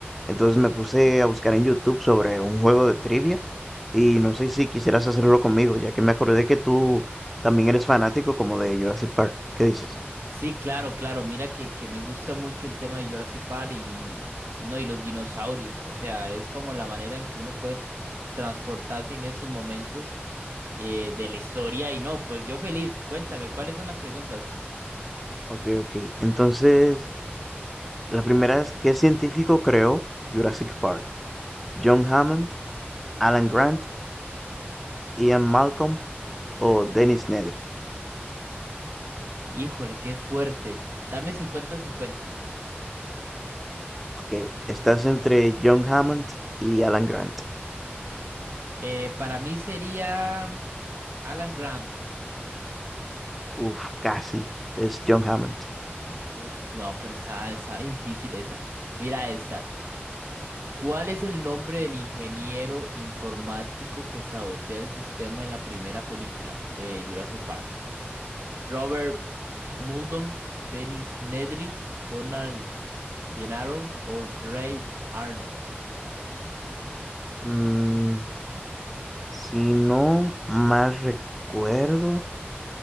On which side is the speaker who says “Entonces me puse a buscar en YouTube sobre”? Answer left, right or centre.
Centre